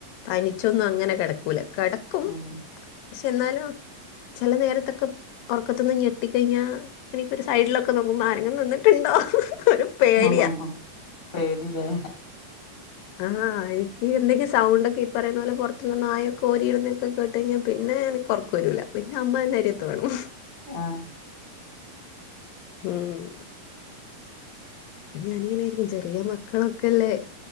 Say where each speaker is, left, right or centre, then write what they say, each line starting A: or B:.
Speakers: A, on the left (about 85°); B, on the left (about 20°).
A: തനിച്ചൊന്നും അങ്ങനെ കെടക്കൂല കെട-
B: അങ്ങനെ
A: പക്ഷെ എന്നാലും ചെല നേര്ത്തക്ക ഒർക്കത്ത്ന്ന് ഞെട്ടിക്കഴിഞ്ഞാ എനിക്കൊരു സൈഡ്ലൊക്ക നോക്കുമ്പോ ആരെങ്കിലും നിന്ന്ട്ട്ണ്ടോ ഒരു പേടിയാ
B: ഉം ഉം ഉം പേടിലേ
A: ആ എനിക്ക് എന്തെങ്കിം സൗണ്ട് ഒക്ക ഇ പറയുന്ന പോലെ പൊർത്ത്ന്ന് നായക്ക ഓരിയിടുന്നക്കെ കേട്ട് കഴിഞ്ഞാ പിന്നെ ഞാൻ നി- ക്ക് ഒർക്ക് വരൂല പിന്നെ അമ്മ എന്ന അരിയത്ത് വേണം
B: ആ
A: ഉം അപ്പ ഞാനിങ്ങനെ വിയാരിക്കും ചെറിയ മക്കളൊക്കല്ലേ